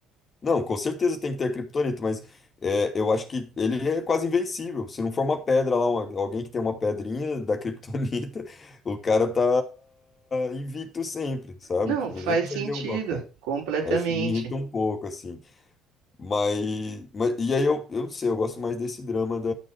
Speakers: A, on the left; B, on the right.
A: Não, com certeza tem que ter a criptonita, mas é, eu acho que ele é quase invencível. Se não for uma pedra lá, uma- alguém que tem uma pedrinha da criptonita, <laughs> o cara tá invicto sempre, sabe?
B: Não,
A: Tipo,
B: faz
A: ninguém consegue
B: sentido,
A: derrubar o cara.
B: completamente.
A: Aí isso me irrita um pouco, assim. Mas, mas e aí eu, eu não sei, eu gosto mais desse drama da,